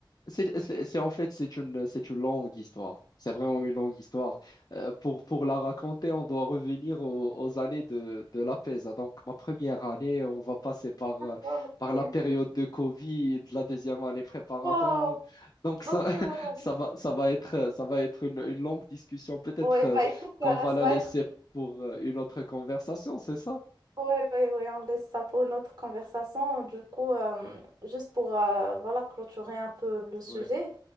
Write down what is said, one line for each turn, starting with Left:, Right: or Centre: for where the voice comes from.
Left: c'est, c'est- c'est- en fait, c'est une, c'est une longue histoire. C'est vraiment une longue histoire. Euh, pour, pour la raconter, on doit revenir aux, aux années de, de la PESA. Donc, ma première année, on va passer par, euh,
Right: Oh, ok.
Left: par la période de Covid, la deuxième année préparatoire.
Right: Wow,
Left: Donc, ça,
Right: ok,
Left: <laughs>
Right: wow.
Left: ça va, ça va être, ça va être une, une longue discussion. Peut-être,
Right: Ouais,
Left: euh,
Right: bah écoute,
Left: qu'on
Right: euh,
Left: va
Right: ça
Left: la
Right: va
Left: laisser
Right: être.
Left: pour, euh, une autre conversation, c'est ça?
Right: Ouais, ouais, ouais, on laisse ça pour une autre conversation. Du coup, euh, juste pour euh, voilà, clôturer un peu le sujet,
Left: Oui.